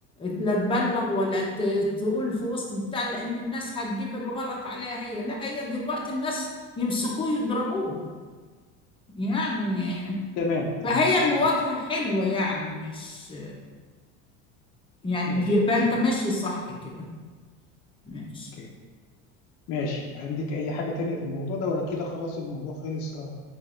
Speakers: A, on the left (about 15°); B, on the left (about 50°).
A: لا تبلغ ولا ت- تقول في وسط بتاع لأن الناس هتجيب الغلط عليها هي لا هي دلوقتي الناس يمسكوه يضربوه يعني
B: تمام تمام
A: فهي المواجهة
B: ماشي
A: حلوة يعني مش يعني
B: ماشي
A: يبقى انت ماشي صح كده ماشي
B: اوكي ماشي عندك اي حاجة تانية في الموضوع ده ولا كده خلاص الموضوع خلص اه